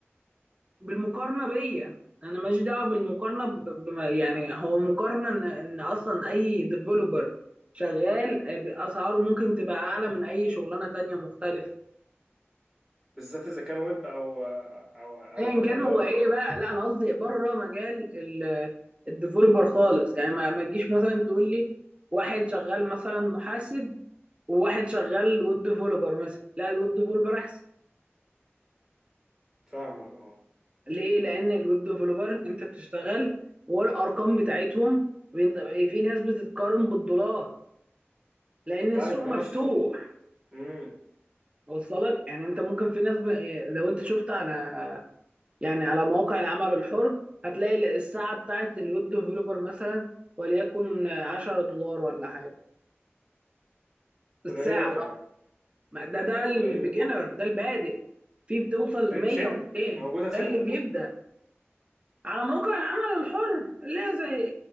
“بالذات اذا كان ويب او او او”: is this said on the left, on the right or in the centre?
Centre